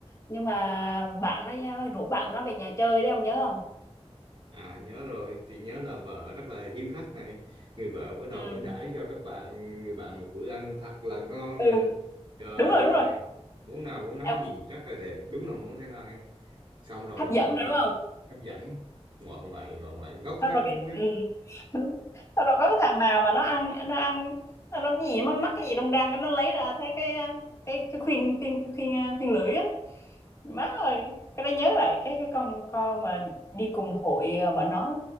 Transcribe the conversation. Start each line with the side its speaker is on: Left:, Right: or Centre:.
Left: nhưng mà bạn nó nha, rủ bạn nó về nhà chơi đấy ông nhớ không?
Right: À nhớ rồi, thì nhớ là vợ rất là hiếu khách này, người vợ bắt đầu
Left: Ừ.
Right: mới đãi cho các bạn người bạn một bữa ăn thật là ngon
Left: Ừ,
Right: này. Trời
Left: đúng rồi đúng
Right: ơi,
Left: rồi.
Right: món nào món nấy
Left: Em-
Right: nhìn rất là đẹp, đúng là món Thái Lan ấy. Xong rồi
Left: Hấp dẫn
Right: nhưng
Left: rồi
Right: mà
Left: đúng không?
Right: hấp dẫn, ngoại ngoại ngoại ngoại ngóc
Left: xong
Right: ngách
Left: rồi cái
Right: ngóc ngách.
Left: ừ. <laughs> xong rồi có cái thằng nào mà nó ăn nó ăn nó nó cái gì mắc mắc cái gì trong răng nó lấy ra thấy cái à, cái cái khuyên khuyên khuyên à, khuyên lưỡi á má ơi cái đó nhớ lại cái cái con con mà đi cùng hội à, bọn nó